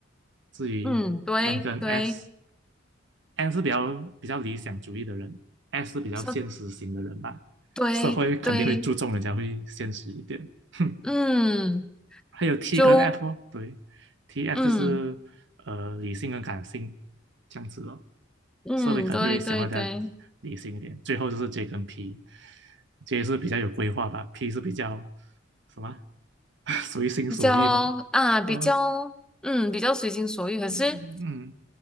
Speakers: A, on the right; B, in the centre.
A: 至于
B: 嗯，对对，
A: N 跟 S，N 是比较比较理想主义的人，S 是比较现实型的人吧，
B: 说对对，
A: 社会肯定会注重人家会现实一点。哼，
B: 嗯，
A: 还有 T
B: 就
A: 跟 F 哦，对，T F
B: 嗯
A: 就是呃理性跟感性这样子了。
B: 嗯，
A: 社会肯定会想要大家理性一点。
B: 对对对，
A: 最后就是 J 跟 P，J 是比较有规划吧，P 是比较什么 <laughs> 随心所欲吧？
B: 比较啊，比较嗯，
A: 呃，
B: 比较随心所欲。可是
A: 嗯嗯